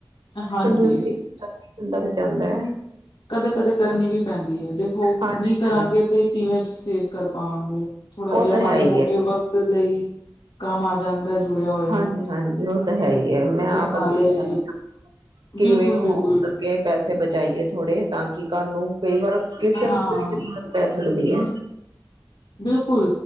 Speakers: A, on the left (about 80°); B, on the right (about 80°).
A: ਹਾਂਜੀ
B: ਕੰਜੂਸੀ ਕਰ ਕੇ ਬੰਦਾ ਬਚਾਂਦਾ ਐ।
A: ਕਦੇ-ਕਦੇ ਕਰਨੀ ਵੀ ਪੈਂਦੀ ਏ। ਦੇਖੋ,
B: ਹਾਂਜੀ-ਹਾਂਜੀ
A: ਨੀ ਕਰਾਂਗੇ ਤੇ ਕਿਵੇਂ ਸੇਵ ਕਰ ਪਾਵਾਂਗੇ? ਥੋੜਾ ਜੇਆ
B: ਉਹ ਤਾਂ
A: ਮਾੜੇ
B: ਹੈ ਹੀ
A: ਮੋਟੇ
B: ਹੈ,
A: ਵਕਤ ਲਈ, ਕੰਮ ਆ ਜਾਂਦਾ ਜੁੜਿਆ ਹੋਇਆ
B: ਹਾਂਜੀ-ਹਾਂਜੀ ਉਹ ਤਾਂ ਹੈ ਈ ਐ ਮੈਂ ਆਪ
A: ਤੇ ਨਾਲੇ
B: ਅੱਗੇ ਆਨੀਂ ਆਂ, ਕਿਵੇਂ
A: ਬਿਲਕੁਲ ਬਿਲਕੁਲ
B: ਹੋਉਗਾ ਕੇ ਪੈਸੇ ਬਚਾਈਏ ਥੋੜੇ, ਤਾਂ ਕੀ, ਕਾਨੂੰ ਕਈ ਵਾਰ ਕਿਸੇ ਵਕਤ
A: ਹਾਂ
B: ਵੀ ਜ਼ਰੂਰਤ ਪੈ ਸਕਦੀ ਐ।
A: ਬਿਲਕੁਲ,